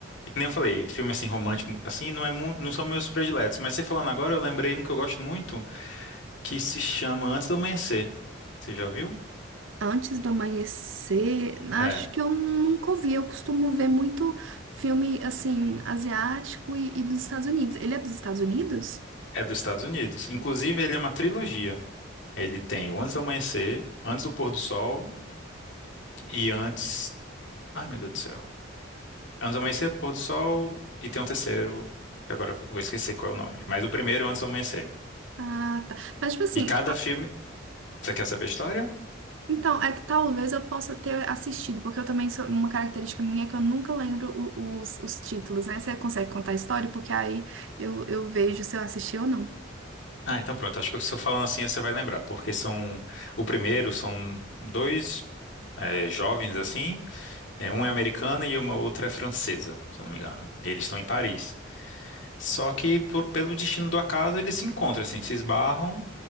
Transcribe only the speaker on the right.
Antes do amanhecer? Acho
que eu nunca ouvi. Eu costumo ver muito filme, assim, asiático e, e dos Estados Unidos. Ele é dos Estados Unidos?
Ah, tá. Mas, tipo assim,
Então, é que talvez eu possa ter assistido, porque eu também sou uma característica minha é que eu nunca lembro o- os, os títulos, né? Você consegue contar a história? Porque aí eu, eu vejo se eu assisti ou não.